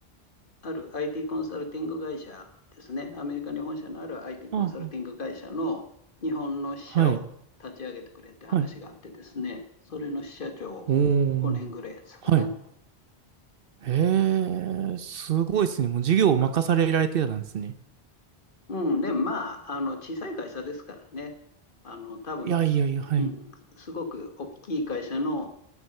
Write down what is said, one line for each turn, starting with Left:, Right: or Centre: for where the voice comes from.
Left: ある IT コンサルティング会社ですね。アメリカに本社のある IT コンサルティング会社の日本の支社を立ち上げてくれって話があってですね。
Right: ああ。はい。はい。
Left: それの支社長を5年ぐらいやってたかな。
Right: おお。はい。へえ、すごいですね。もう授業を任されられてたんですね。
Left: なんかうん、でまあ、あの、小さい会社ですからね。あの、多分、
Right: いやいやいや、
Left: すうん、
Right: はい。
Left: すごく大きい会社の、